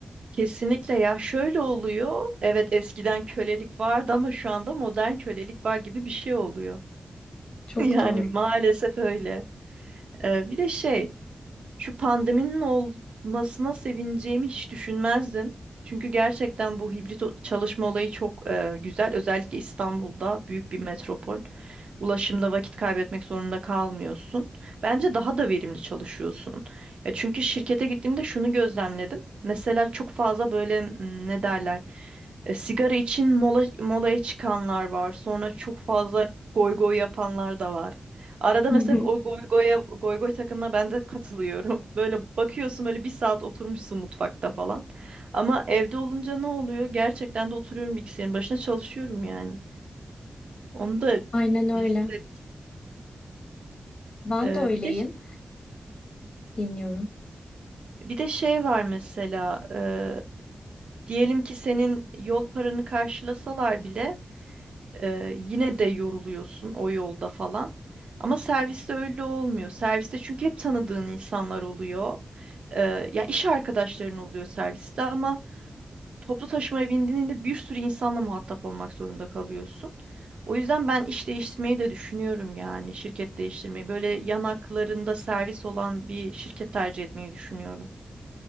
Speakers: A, on the right (about 65°); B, on the left (about 50°).
A: kesinlikle ya şöyle oluyor. Evet eskiden kölelik vardı ama şu anda modern kölelik var gibi bir şey oluyor. <laughs>
B: Çok
A: Yani
B: doğru.
A: maalesef öyle. Ee, bir de şey Şu pandeminin olmasına sevineceğimi hiç düşünmezdim. Çünkü gerçekten bu hibrit o- çalışma olayı çok e, güzel. Özellikle İstanbul'da büyük bir metropol. Ulaşımda vakit kaybetmek zorunda kalmıyorsun. Bence daha da verimli çalışıyorsun. Ya çünkü şirkete gittiğimde şunu gözlemledim. Mesela çok fazla böyle m, ne derler? e, sigara için mola, molaya çıkanlar var. Sonra çok fazla goy goy yapanlar da var. Arada
B: <laughs>
A: mesela o goy goya, goy goy takımına ben de katılıyorum. <laughs> Böyle bakıyorsun böyle bir saat oturmuşsun mutfakta falan. Ama evde olunca ne oluyor? Gerçekten de oturuyorum bilgisayarın başına çalışıyorum yani. Onu da
B: Aynen öyle.
A: hisset.
B: Ben
A: Ee,
B: de öyleyim.
A: bir de <laughs>
B: Dinliyorum.
A: bir de şey var mesela. e, diyelim ki senin yol paranı karşılasalar bile Ee, yine de yoruluyorsun o yolda falan. Ama serviste öyle olmuyor. Serviste çünkü hep tanıdığın insanlar oluyor. Ee, yani iş arkadaşların oluyor serviste ama toplu taşımaya bindiğinde bir sürü insanla muhatap olmak zorunda kalıyorsun. O yüzden ben iş değiştirmeyi de düşünüyorum yani şirket değiştirmeyi. Böyle yanaklarında servis olan bir şirket tercih etmeyi düşünüyorum.